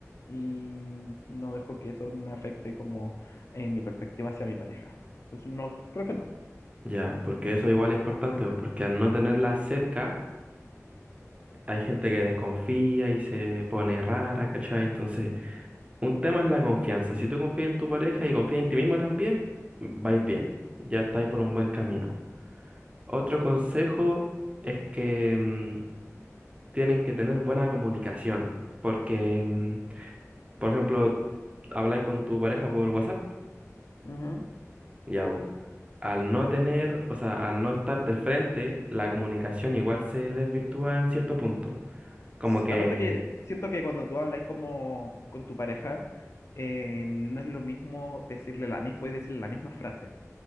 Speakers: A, on the left (about 55°); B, on the right (about 25°).
A: y no dejo que eso me afecte como eh, mi perspectiva hacia mi pareja. Entonces, no, creo que no.
B: Ya, porque eso igual es importante, pues, porque al no tenerla cerca, hay gente que desconfía y se pone rara, ¿cachai? Entonces, un tema es la confianza. Si tú confías en tu pareja y confías en ti mismo también, vais bien, ya estáis por un buen camino. Otro consejo es que mm, tienen que tener buena comunicación, porque, mm, por ejemplo, habláis con tu pareja por WhatsApp,
A: Ujú.
B: ya vos. Al no tener, o sea, al no estar de frente, la comunicación igual se desvirtúa en cierto punto. Como
A: S-
B: que,
A: Aparte que siento que cuando tú hablas como con tu pareja, eh, no es lo mismo decirle la misma, podéis decirle la misma frase.